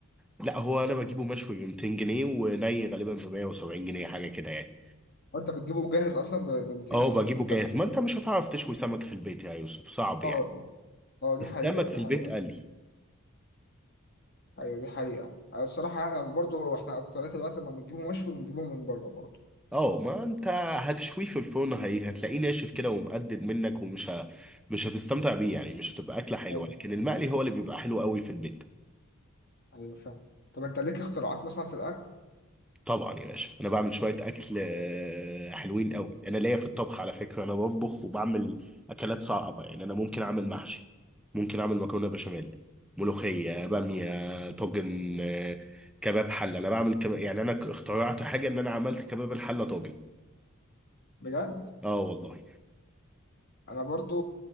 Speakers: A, in the centre; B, on the left.
A: لا هو انا بجيبه مشوي ب 200 جنيه وني غالبا ب 170 جنيه حاجة كده يعني
B: أو انت بتجيبه جاهز اصلا ب ب 200
A: اه
B: جنيه
A: بجيبه
B: انت
A: جاهز ما انت مش هتعرف تشوي سمك في البيت يا يوسف صعب يعني
B: اه اه دي
A: السمك
B: حقيقه دي
A: في البيت
B: حقيقه
A: قلي
B: ايوه دي حقيقة أنا الصراحة يعني برضو احنا اكترية الوقت لما بنجيبه مشوي بنجيبه من بره برضو
A: اه ما انت هتشويه في الفرن هي هتلاقيه ناشف كده ومقدد منك ومش ه... مش هتستمتع بيه يعني مش هتبقى اكله حلوه
B: ايوه
A: لكن المقلي هو اللي بيبقى حلو قوي في البيت
B: ايوه فاهم طب انت ليك اختراعات مثلا في الاكل
A: طبعا يا باشا انا بعمل شويه اكل آه، حلوين قوي انا ليا في الطبخ على فكره انا بطبخ وبعمل اكلات صعبه يعني انا ممكن اعمل محشي ممكن اعمل مكرونه بشاميل ملوخيه باميه طاجن آه، كباب حله انا بعمل كباب يعني انا اخترعت حاجه ان انا عملت كباب الحله طاجن
B: بجد
A: اه والله
B: انا برضو